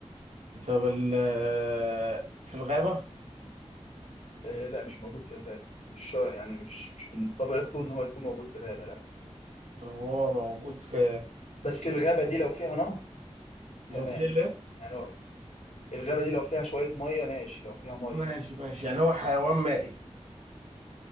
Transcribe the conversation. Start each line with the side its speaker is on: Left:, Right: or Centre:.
Right: طب ال آه، في الغابة
Left: آه، لا مش موجود في الغابه مش شا- يعني مش مش من طبيعته ان هو يكون موجود في الغابه لا
Right: طب هو موجود في
Left: بس الغابه دي لو فيها نهر
Right: لو
Left: تمام
Right: في ليه
Left: يعني هو الغابه دي لو فيها شويه ميه ماشي لو فيها ميه
Right: ماشي ماشي يعني هو حيوان مائي